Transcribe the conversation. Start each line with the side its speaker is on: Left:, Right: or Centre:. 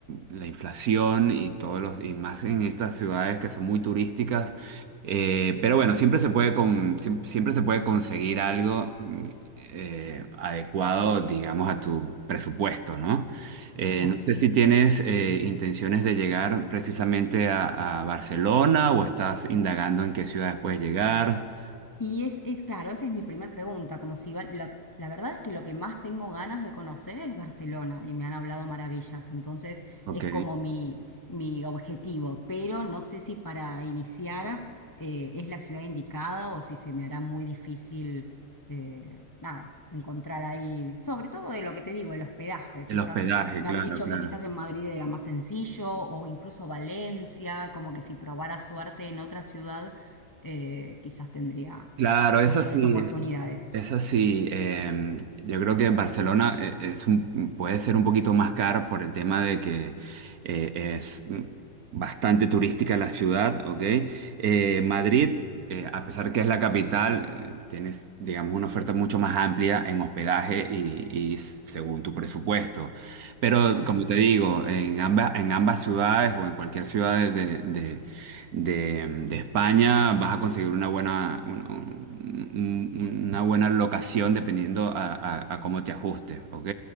Right: la inflación y todos los, y más en estas ciudades que son muy turísticas. Eh, pero bueno, siempre se puede con, siem- siempre se puede conseguir algo mm, eh, adecuado, digamos, a tu presupuesto, ¿no? Eh,
Left: Claro.
Right: no sé si tienes eh, intenciones de llegar precisamente a, a Barcelona o estás indagando en qué ciudades puedes llegar.
Left: Y es, es claro, esa es mi primera pregunta, como si va- la, la verdad es que lo que más tengo ganas de conocer es Barcelona y me han hablado maravillas, entonces
Right: Ok.
Left: es como mi, mi objetivo, pero no sé si para iniciar eh, es la ciudad indicada o si se me hará muy difícil, eh, nada, encontrar ahí, sobre todo de lo que te digo, el hospedaje,
Right: El
Left: quizás
Right: hospedaje,
Left: me
Right: claro,
Left: han dicho
Right: claro.
Left: que quizás en Madrid era más sencillo o incluso Valencia, como que si probara suerte en otra ciudad eh, quizás tendría
Right: Claro, es
Left: mayores
Right: así,
Left: oportunidades.
Right: es, es así. em, yo creo que Barcelona eh, es un- puede ser un poquito más cara por el tema de que eh, es mm, bastante turística la ciudad, ¿ok? Eh, Madrid, eh, a pesar que es la capital, eh, tienes, digamos, una oferta mucho más amplia en hospedaje y, y s- según tu presupuesto. Pero
Left: Claro.
Right: como te digo, en ambas, en ambas ciudades o en cualquier ciudad de, de- de, de España, vas a conseguir una buena, un- un- una buena locación dependiendo a, a- a cómo te ajustes, ¿ok?